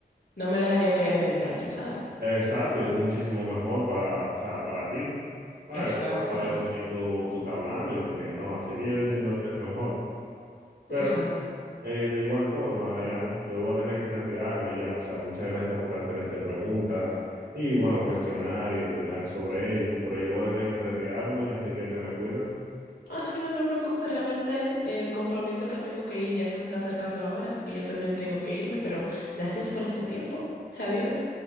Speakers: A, on the left (about 85°); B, on the right (about 75°).
A: no me dejaría caer en engaño, ¿sabes?
B: exacto, y es muchísimo mejor para, o sea, para ti. ¿Sabes?
A: Exactamente.
B: Tú vas a saber con quién tú, tú estás hablando y con quién no, así que yo entiendo
A: Mm.
B: que es mejor. Pero
A: Exacto.
B: Eh, de igual forma, Diana, yo voy a tener que retirarme ya, o sea, muchas gracias por hacer estas preguntas y bueno, cuestionar y opinar sobre ellas, pero yo voy a tener que retirarme, así que te me cuidas.
A: Ah, sí, no te preocupes, realmente el compromiso al que tengo que ir ya se está acercando la hora, así que yo también tengo que irme, pero gracias por este tiempo. Adiós.